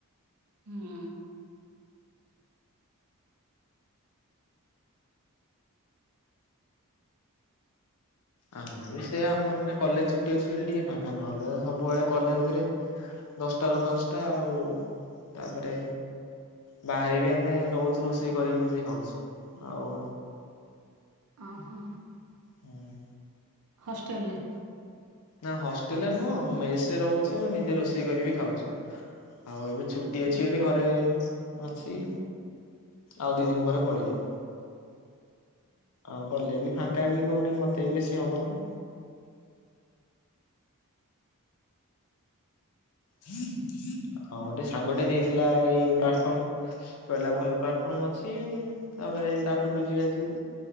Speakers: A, on the right (about 80°); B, on the left (about 90°).
A: ହୁଁ
B: ଆମେ ବି ସେଇଆ ଆମର ଏଇନା କଲେଜ ଛୁଟି ଅଛି ବୋଲି ଟିକେ ଫାଙ୍କା ନହେଲେ ସବୁବେଳେ କଲେଜରେ ଦଶଟ ରୁ ପାଞ୍ଚଟା ଆଉ ତାପରେ ବାହାରେ ବି ଆମେ ରହୁଛୁ ରୋଷେଇ କରିକି ନିଜେ ଖାଉଛୁ ଆଉ
A: ଓହୋ
B: ହୁଁ
A: ହଷ୍ଟେଲ ରେ
B: ନା ହଷ୍ଟେଲରେ ନୁହଁ ମେସରେ ରହୁଛୁ ନିଜେ ରୋଷେଇ କରିବି ଖାଉଛୁ ଆଉ ଏବେ ଛୁଟି
A: ହୁଁ
B: ଅଛି ବୋଲି ଘରେ ଅଛି ଆଉ ଦି ଦିନ ପରେ ପଳେଇବି ଆଉ ଗଲେ ବି ଫାଙ୍କା ବି କଉଠି ମତେ ବି ବେଶୀ ହବନି ହଁ ଗୋଟେ ସାଙ୍ଗଟେ ଦେଇଥିଲା ଏଇ ପ୍ଲାଟଫର୍ମ କହିଲା ଭଲ ପ୍ଲାଟଫର୍ମ ଅଛି ତାପରେ ତାଠାରୁ ବୁଝିବାଝି